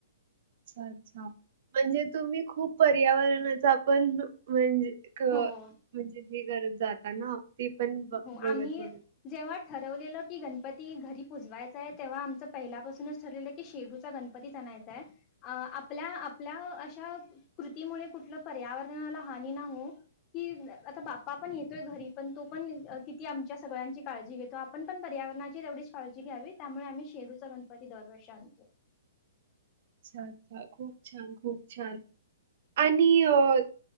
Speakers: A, on the right; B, on the left.
A: अच्छा अच्छा, म्हणजे तुम्ही खूप पर्यावरणाचा पण म्हणजे ख,
B: हो
A: म्हणजे हे करज जाताना ती पण ब
B: हो
A: बघत
B: आम्ही
A: बघत
B: जेव्हा ठरवलेलं की गणपती घरी पुजवायचाय तेव्हा आमचं पहिल्यापासूनच ठरलेलं की शेडूचा गणप पतीच आणायचाय. अ आपल्या आपल्या अशा, कृतीमुळे कुठलं पर्यावरणाला हानी ना हो. कि आता बाप्पा पण येतोय घरी पण तो आपण किती आमच्या सगळ्यांची काळजी घेतो आपण पण पर्यावरणाची तेवढीच काळजी घ्यावी त्यामुळे आम्ही शेडूचा गण गणपती दरवर्षी आणतो.
A: अच्छा अच्छ खूप छान खूप छान, आणि अ,